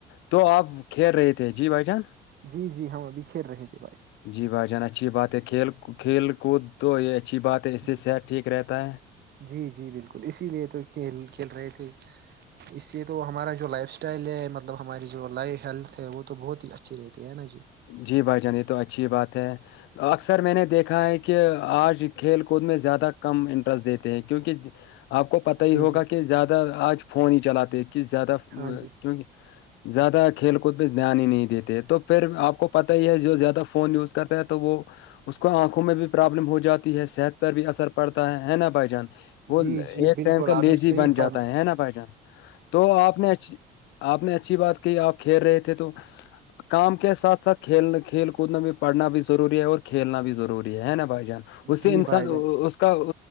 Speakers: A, on the left; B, on the right.
A: تو آپ کھیل رہے تھے جی بھائی جان
B: جی جی ہم ابھی کھیل رہے تھے بھائی
A: جی بھائی جان اچھی بات ہے کھیل کھیل کود تو یہ اچھی بات ہے اس سے
B: جی
A: صحت ٹھیک رہتا ہے
B: جی جی بالکل اسی لیے تو کھیل کھیل رہے تھے اس سے تو ہمارا جو لائف اسٹائل ہے مطلب ہماری جو لائف ہیلتھ ہے وہ تو بہت ہی اچھی رہتی ہے نا جی
A: جی بھائی جان یہ تو اچھی بات ہے اکثر میں نے دیکھا ہے کہ آج کھیل کود میں زیادہ کم انٹرسٹ دیتے ہیں کیونکہ آپ کو پت ہی
B: جی
A: ہوگا
B: جی
A: کہ زیادہ آج فون ہی چلاتے ہیں کہ زیادہ کیونکہ
B: ہاں جی
A: زیادہ کھیل کود پہ دھیان ہی نہیں دیتے تو پھر آپ کو پتہ ہی ہے جو زیادہ فون یوز کرتا ہے تو وہ اس کو آنکھوں میں بھی پرابلم ہو جاتی ہے صحت پر بھی اثر پڑتا ہے ہے نا بھائی جان وہ
B: جی جی
A: ایک
B: بالکل
A: ٹائم کا
B: آپ
A: لیزی
B: نے صحیح
A: بن
B: فرم
A: جاتا ہے ہے نا بھائی جان تو آپ نے آپ نے اچھی بات کہی آپ کھیل رہے تھے تو کام کے ساتھ ساتھ کھیلنا کھیل کود میں بھی پڑھنا بھی ضروری ہے اور کھیلنا بھی ضروری ہے نا بھائی جان اس
B: جی
A: سے انسان
B: بھائی جان
A: اس کا